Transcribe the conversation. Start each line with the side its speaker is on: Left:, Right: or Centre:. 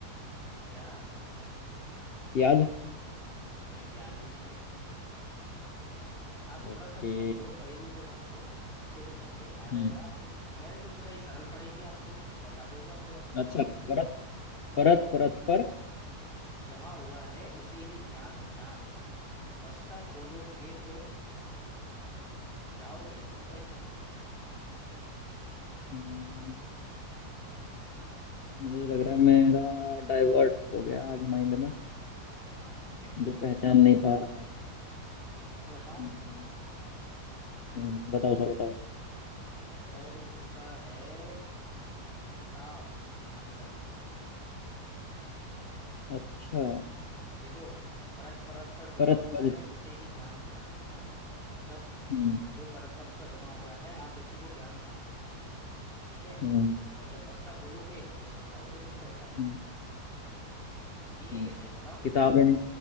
Centre: क्या
Left: प्याज
Centre: नहीं प्याज भी नहीं है आप
Left: ओके
Centre: थोड़ा सा समझो पहेली को समझो अच्छे से समझो आ जाएगा
Left: हम्म
Centre: आपको मैंने तो सोचा ये सरल पड़ेगी आपको बता दोगे आप तुरंत ही
Left: अच्छा परत परत परत पर
Centre: जमा हुआ है इसे ही ज्ञान जान बस्ता खोलोगे तो जाओगे तुम पहचान
Left: हम्म, मुझे लग रहा है मेरा डाइवर्ट हो गया आज माइंड ना
Centre: <laughs>
Left: मुझे पहचान नहीं पा रहा
Centre: मैं बताऊं
Left: हम्म, हम्म, बताओ सर बताओ
Centre: सर इसका है किताब आंसर
Left: अच्छा
Centre: देखो परत परत पर जमा
Left: परत
Centre: हुआ
Left: परत
Centre: है इसे ही ज्ञान जान है ना मतलब
Left: हम्म
Centre: जो परत परत पर जमा हुआ है आप इसी को ज्ञान मानो ठीक है
Left: हम्म
Centre: और जब बस्ता खोलोगे तो इसको जाओगे तुम पहचान
Left: हम्म,
Centre: नहीं है
Left: हम्म।
Centre: क्या सही बताओ
Left: किताब यानी